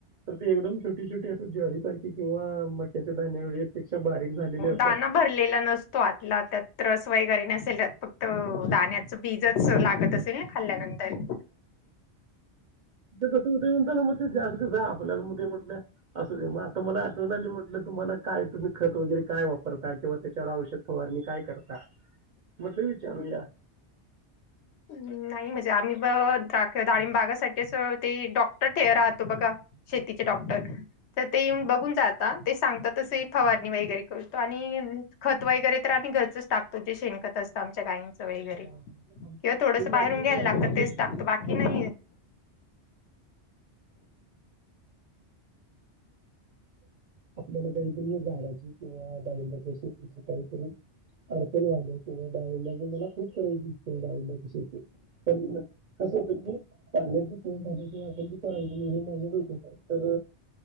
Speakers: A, on the right; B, on the left.
A: तर त एकदम छोटी छोटी अस ज्वारी सारखी किंवा मक्याच्या दाण्याएवढी पेक्षा बारीक झालेले असतात
B: दाना भरलेला नसतो आतला त्यात त्रस वगैरे नसेल. फक्त दाण्याचं बीजच लागत असेल ना! खाल्यानंतर.
A: ते तसं होतंय म्हणताना म ते जास्त कसं आपल्याला म ते म्हटलं असुदे म त मला आठवण आली म्हटलं तुम्हाला काय तुम्ही खत वगैरे काय वापरता? किंवा त्याच्यावर आवश्यक फवारणी काय करता? म्हटल विचारूया.
B: नाही म्हणजे आम्ही ब द्राक-डाळीम बागासाठीच ते डॉक्टर ठे राहतो बघा शेतीचे डॉक्टर. तर ते येऊन बघून जात. ते सांगतात तसही फवारणी वगैरे करतो आणि खत वगैरे तर आम्ही घरचच टाकतो जे शेणखत असतं आमच्या गायं स वगेरे.
A: हा, म्हणजे आमच्या
B: जे थोडंसं
A: घरी
B: बाहेरून
A: आम्ही
B: घ्यायला
A: रानामध्ये
B: लागतं तेच टाकते बाकी नाही.
A: आपल्याला काहीतरी झाडाची किंवा डाळिंबाची काहीतरी अडचण वा्हाल्या किंवा डाळिंबाचे मलाहा खूप करायची डाळिंबाची शेती पण कसं होतं की पाण्याची टंचाई आपण जे करायच. ते माझ्या डोक्यात आहे तर